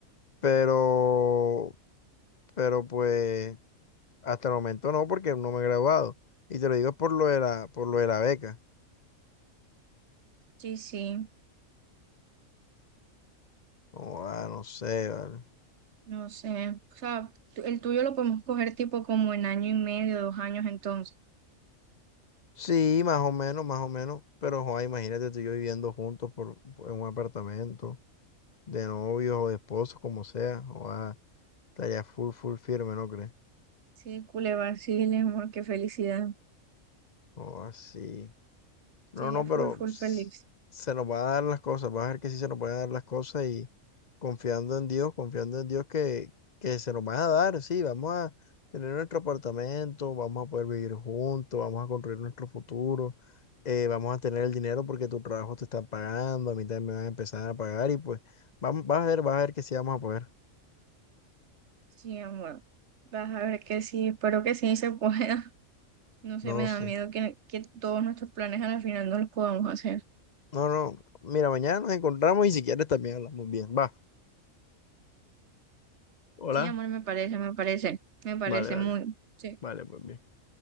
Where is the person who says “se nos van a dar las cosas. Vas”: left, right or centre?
Left